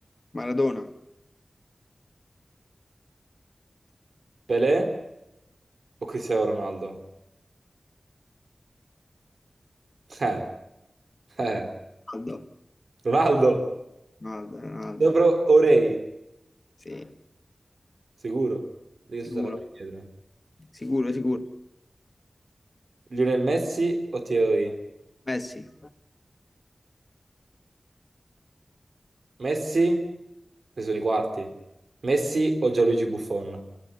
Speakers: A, on the left (about 40°); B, on the right (about 85°).
A: Maradona,
B: Pelé o Cristiano Ronaldo? Eh, eh.
A: Ronaldo,
B: Ronaldo,
A: Ronaldo, Ronaldo,
B: sopra Orei,
A: sì,
B: sicuro. Di che
A: sicuro,
B: sarà più indietro.
A: sicuro, sicuro,
B: Lionel Messi o Thierry?
A: Messi,
B: Messi, questi sono i quarti. Messi o Gianluigi Buffon?